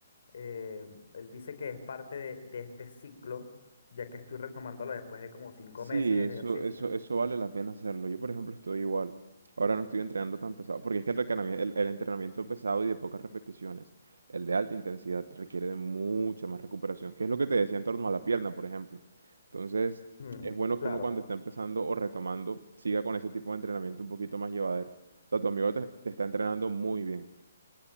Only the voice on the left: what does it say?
Eh, él dice que es parte de, de este ciclo, ya que estoy retomándolo después de como cinco
meses el
ejercicio.
Ujú.
Mm,
claro,